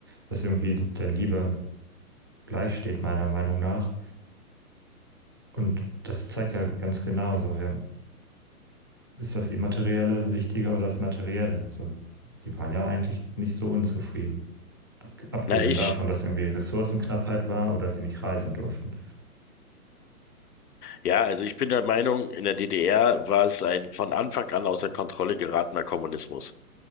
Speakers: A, on the right (about 15°); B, on the left (about 80°).
A: was irgendwie der Liebe gleichsteht, meiner Meinung nach. Und das zeigt ja ganz genau so, ja, ist das Immaterielle wichtiger oder das Materielle? So, die waren ja eigentlich nicht so unzufrieden. Ab- Abgesehen
B: Na, ich,
A: davon, dass irgendwie Ressourcenknappheit war oder sie nicht reisen durften.
B: ja, also ich bin der Meinung, in der DDR war es ein von Anfang an außer Kontrolle geratener Kommunismus.